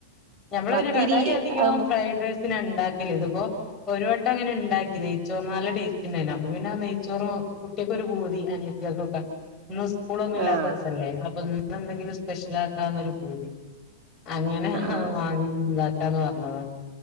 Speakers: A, on the left; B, on the right.
A: ഞമ്മളെ
B: പത്തിരി
A: കടായി അധികം
B: ആഹ്
A: ഫ്രൈഡ് റൈസിന ഉണ്ടാക്കി ഇപ്പോ ഒരു വട്ടം അങ്ങനെ ഉണ്ടാക്കി നെയ്ച്ചോറ്ും നല്ല ടേസ്റ്റ് ഉണ്ടായിരുന്നു അപ്പ പിന്നെ നെയ്ച്ചോറും കുട്ട തി അനത്യാക്കൊക്കെ ഇന്ന് സ്കൂളൊന്നും ഇല്ലാത്ത
B: ആഹ്
A: ദിവസല്ലേ അപ്പൊ ഇന്ന് എന്തെങ്കിലും സ്പെഷ്യൽ ആാക്കാന്നൊരു കൂതി അങ്ങനെയ
B: ആഹ്
A: വാങ്ങി ഇതാക്കാന്ന് പറഞ്ഞത്